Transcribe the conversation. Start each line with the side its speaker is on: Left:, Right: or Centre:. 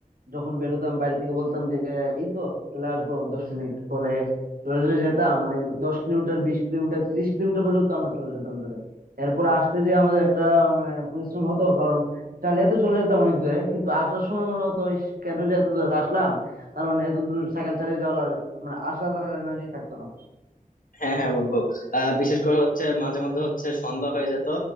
Right: যখন বেরোতাম বাড়ি থেকে বলতাম যে এই তো চলে আসবো দশ মিনিট বলে চলে চলে যেতাম মানে দশ কিলোমিটার বিশ কিলোমিটার তিরিশ কিলোমিটার পর্যন্ত আমরা চলে যেতাম দূরে এরপরে আসতে যে আমাদের একটা মানে পরিশ্রম হতো কারণ চালিয়ে তো চলে যেতাম অনেক দূরে কিন্তু আসার সময় মনে হতো ইস, কেন যে এত দূরে আসলাম কারণ এত দূর সাইকেল চালিয়ে যাওয়ার আর মানে আসার আর এনার্জি থাকতো না
Left: হ্যাঁ হ্যাঁ বন্ধু আহ বিশেষ করে হচ্ছে মাঝে মধ্যে হচ্ছে সন্ধ্যা হয়ে যেত